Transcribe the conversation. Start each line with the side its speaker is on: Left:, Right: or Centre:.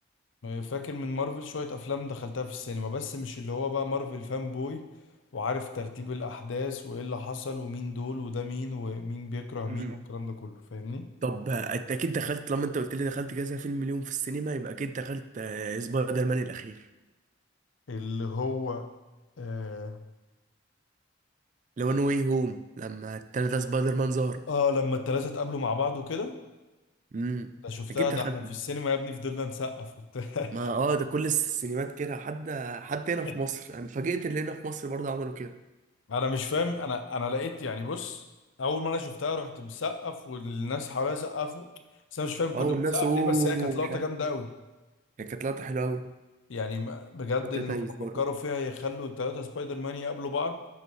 Left: فاكر من مارفل شوية افلام دخلتها في السينما بس مش اللي هو بقى مارفل فان بوي وعارف ترتيب الاحداث وايه اللي حصل ومين دول وده مين ومين بيكره
Right: مم.
Left: مين والكلام ده كله فاهمني
Right: طب آه، انت اكيد دخلت لما انت قلت لي دخلت كذا فيلم اليوم في السينما يبقى اكيد دخلت آه سبايدر مان الاخير
Left: اللي هو اه,
Right: لو نو واي هوم لما التلاتة سبايدر مان ظهر
Left: آه لما التلاتة اتقابلوا مع بعض وكده
Right: امم
Left: ده شفتها
Right: اكيد دخلت
Left: ده احنا
Right: منه.
Left: في السينما يا ابني فضلنا نسقف وبتاع
Right: ما اه ده كل السينمات كده حتى حتى هنا
Left: <laughs>
Right: في مصر انا اتفاجئت اللي هنا في مصر برضه عملوا كده
Left: انا مش فاهم انا انا لقيت يعني بص اول ما انا شفتها رحت مسقف والناس حواليا سقفوا بس انا مش فاهم كنا
Right: اه والناس
Left: بنسقف
Right: اوه
Left: ليه بس هي كانت لقطه
Right: مش عارف
Left: جامده قوي
Right: ايه كانت لقطة حلوة قوي
Left: يعني ما- بجد
Right: التلاتة
Left: ان هم
Right: يزدروا
Left: فكروا فيها يخلوا الثلاثه سبايدر مان يقابلوا بعض